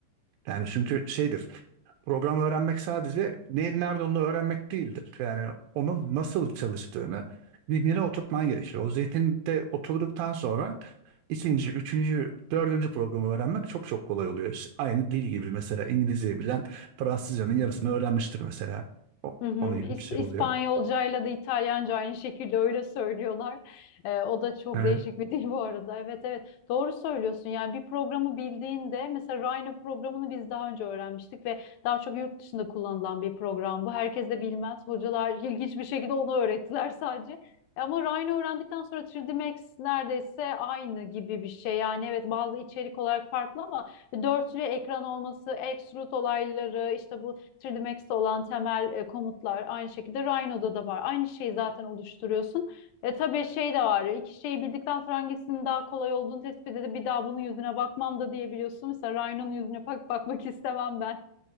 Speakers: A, on the right (about 80°); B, on the left (about 80°).
A: Yani çünkü şeydir. Program öğrenmek sadece neyin nerede onu öğrenmek değildir. Yani onun nasıl çalıştığını zihnine oturtman gerekiyor. O zihninde oturduktan sonra ikinci, üçüncü, dördüncü programı öğrenmek çok çok kolay oluyor. İşte Aynı dil gibi mesela İngilizceyi bilen Fransızcanın yarısını öğrenmiştir mesela. O,
B: Hı hı.
A: onun gibi
B: İs
A: bir şey
B: İspanyolcayla
A: oluyor.
B: da İtalyanca aynı şekilde öyle söylüyorlar. Ee, o da çok
A: Evet.
B: değişik bir dil bu arada. Evet evet doğru söylüyorsun. Yani bir programı bildiğinde mesela Rhino programını biz daha önce öğrenmiştik ve daha çok yurt dışında kullanılan bir program bu. Herkes de bilmez. Hocalar <laughs> ilginç bir şekilde onu öğrettiler sadece. E, Ama Rhino öğrendikten sonra 3D Max neredeyse aynı gibi bir şey. Yani evet bazı içerik olarak farklı ama dörtlü ekran olması, extrude olayları, işte bu 3D Max'te olan temel e, komutlar aynı şekilde Rhino'da da var. Aynı şeyi zaten oluşturuyorsun. E, tabii şey de var. İki şeyi bildikten sonra hangisinin daha kolay olduğunu tespit edip bir daha bunun yüzüne bakmam da diyebiliyorsun. Mesela Rhino'nun yüzüne bak bakmak istemem ben.